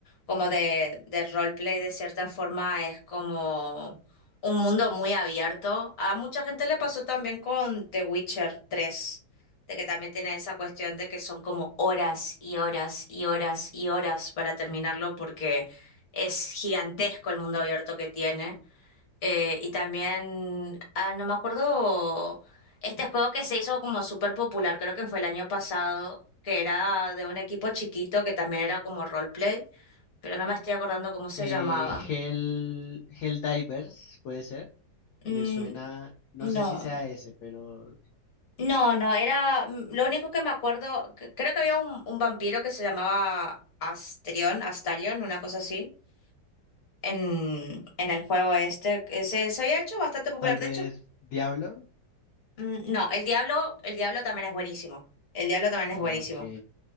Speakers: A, on the left; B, on the left.
A: como de, de roleplay de cierta forma es como un mundo muy abierto. A mucha gente le pasó también con The Witcher 3 de que también tiene esa cuestión de que son como horas y horas y horas y horas para terminarlo porque es gigantesco el mundo abierto que tiene. Eh, y también, ah, no me acuerdo, este juego que se hizo como súper popular, creo que fue el año pasado, que era de un equipo chiquito que también era como roleplay, pero no me estoy acordando cómo se
B: Eh,
A: llamaba.
B: Hell, Helldivers, puede ser.
A: Mm,
B: Me suena, no
A: no,
B: sé si sea ese, pero
A: no, no, era, mm, lo único que me acuerdo, c- creo que había un, un vampiro que se llamaba Astrion, Astarion, una cosa así. En, en el juego este, que se, se había hecho bastante popular.
B: tal vez
A: De hecho,
B: Diablo.
A: Mm, No, el Diablo, el Diablo también es buenísimo. El Diablo también es
B: Ok.
A: buenísimo.